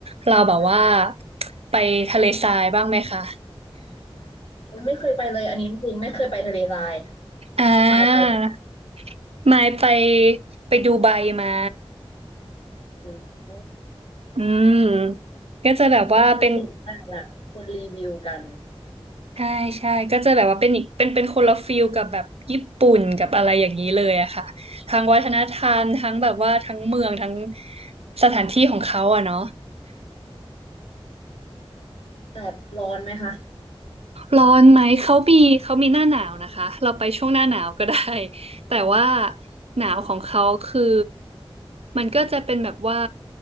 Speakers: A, on the right (about 80°); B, on the left (about 85°).
A: เราแบบว่า
B: อ่ะ
A: ไปทะเลทรายบ้างไหมคะ
B: ไม่เคยไปเลยอันนี้จริงๆไม่เคยไปทะเลทราย
A: อ่า
B: คุณหมายไป
A: มายไปไปดูไบมา
B: อืม
A: อืมก็จะแบบว่าเป็น
B: เคยเห็นแต่แบบคนรีวิวกัน
A: ใช่ใช่ก็จะแบบว่าเป็นอีกเป็นเป็นคนละฟิลกับแบบญี่ปุ่นกับอะไรอย่างนี้เลยอะค่ะทางวัฒนธรรมทั้งแบบว่าทั้งเมืองทั้งสถานที่ของเขาอะเนาะ
B: แต่ร้อนไหมคะ
A: ร้อนไหมเขามีเขามีหน้าหนาวนะคะเราไปช่วงหน้าหนาวก็ได้ <laughs> แต่ว่าหนาวของเขาคือมันก็จะเป็นแบบว่า